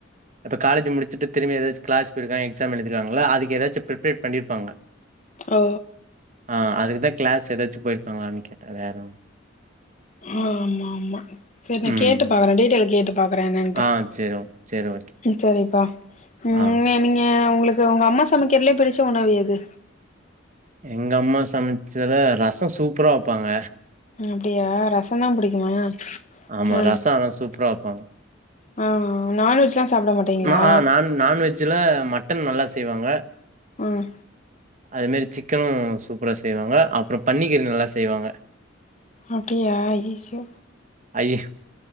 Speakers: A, on the right; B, on the left.
A: இப்ப காலேஜு முடிச்சுட்டு திரும்பி எதாச்சு க்ளாஸ் போயிருக்கா எக்ஸாம் எழுதிருக்காங்கல்ல அதுக்கு ஏதாச்சு பிரிப்ரேட் பண்ணிருப்பாங்க
B: ஓ
A: ஆ அதுக்குதா க்ளாஸ் ஏதாச்சு போயிருக்காங்களான்னு கேட்ட வேற ஒன்
B: ஆ ஆமா ஆமா செரி நா
A: ம்
B: கேட்டு பாக்குற டீடெய்லு கேட்டுப் பாக்குறே என்னட்டு
A: ஆ சேரி ஓ சேரி ஓகே
B: சரிப்பா
A: ஆ
B: ஏ நீங்க உங்களுக் து உங்க அம்மா சமைக்கிறலே பிடிச்ச உணவு எது
A: எங்க அம்மா சமைச்சல ரசம் சூப்பரா வைப்பாங்க
B: அப்டியா ரசம்தான் புடிக்குமா
A: ஆமா
B: ஆ
A: ரசோ ஆனா சூப்பரா வப்பாங்க
B: ஆ நான்வெஜ்லாம் சாப்பிட மாட்டீங்களா
A: நா ஆ நான் நான் வெஜ் ல மட்டன் நல்லா செய்வாங்க
B: ம்
A: அது மேரி சிக்கனும் சூப்பரா செய்வாங்க அப்பறோ பன்னிக்கறி நல்லா செய்வாங்க
B: அப்டியா அய்யய்யோ
A: ஐயோ